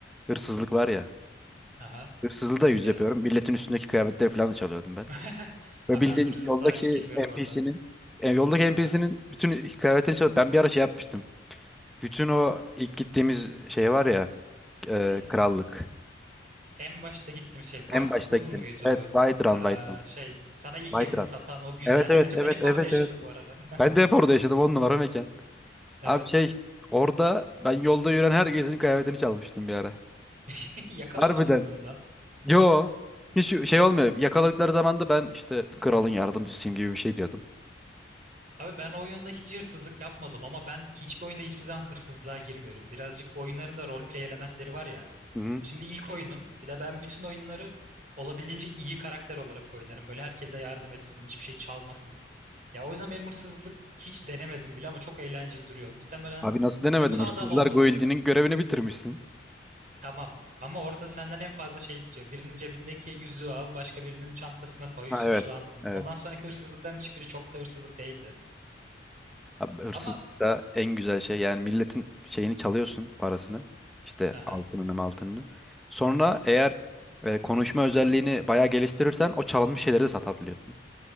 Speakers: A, in the centre; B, on the right (about 45°).
A: hırsızlık var ya.
B: Aha.
A: Hırsızlığı da yüz
B: Ya
A: yapıyorum. Milletin üstündeki kıyafetleri falan da çalıyordum ben.
B: <laughs>
A: Ve
B: ha
A: bildiğin
B: ben hırsızlığa
A: yoldaki
B: hiç girmiyorum bu arada.
A: NPC'nin e, yoldaki NPC'nin
B: Aha,
A: bütün kıyafetlerini çalıp ben bir ara şey yapmıştım. Bütün o ilk gittiğimiz şey var ya e,
B: neye?
A: krallık.
B: En başta gittiğim şey White
A: En başta
B: Run
A: gittiğimiz.
B: muydu?
A: Evet White Run White
B: Ee,
A: Run.
B: şey sana ilk
A: White
B: evini
A: Run.
B: satan o güzel
A: Evet evet
B: <laughs> yer.
A: evet
B: Ben hep
A: evet
B: orada yaşadım
A: evet.
B: bu arada. <laughs>
A: Ben de hep orada yaşadım on numara mekan.
B: Evet.
A: Abi şey orada ben yolda yürüyen herkesin kıyafetini çalmıştım bir ara.
B: <laughs> Yakalanmadı
A: Harbiden.
B: mı bundan?
A: Yo. Hiç şey olmuyor. Yakaladıkları zaman da ben işte kralın yardımcısıyım gibi bir şey diyordum.
B: Abi ben o oyunda hiç hırsızlık yapmadım ama ben hiçbir oyunda hiçbir zaman hırsızlığa girmiyorum. Birazcık bu oyunların da roleplay elementleri var ya.
A: Hı.
B: Şimdi ilk oyunum. Bir de ben bütün oyunları olabildiğince iyi karakter olarak oynarım. Böyle herkese yardım etsin, hiçbir şey çalmasın. Ya o yüzden benim hırsızlık hiç denemedim bile ama çok eğlenceli duruyor. Muhtemelen
A: Abi nasıl denemedin?
B: kötü
A: Hırsızlar
B: adam oldum.
A: Guildi'nin görevini bitirmişsin.
B: Tamam. Ama orada senden en fazla şey istiyor. Birinin cebindeki yüzüğü al, başka birinin çantasına koy,
A: Ha
B: suçlansın.
A: evet. Evet.
B: Ondan sonraki hırsızlıkların hiçbiri çok da hırsızlık değildi.
A: Abi hırsızlık
B: Ama
A: en güzel şey yani milletin şeyini çalıyorsun parasını. İşte
B: aha.
A: altınını altınını. Sonra eğer e, konuşma özelliğini bayağı geliştirirsen o çalınmış şeyleri de satabiliyorsun.